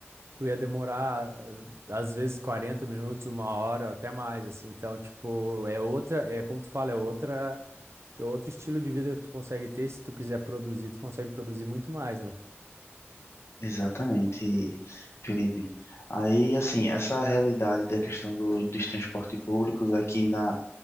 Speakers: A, on the right (about 70°); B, on the left (about 75°).
A: tu ia demorar, às vezes, 40 minutos, uma hora, até mais, assim, então, tipo, é outra, é como tu fala, é outra e outro estilo de vida que tu consegue ter, se tu quiser produzir, tu consegue produzir muito mais, né?
B: Exatamente, Felipe. Aí, assim, essa realidade da questão do, dos transportes públicos aqui na,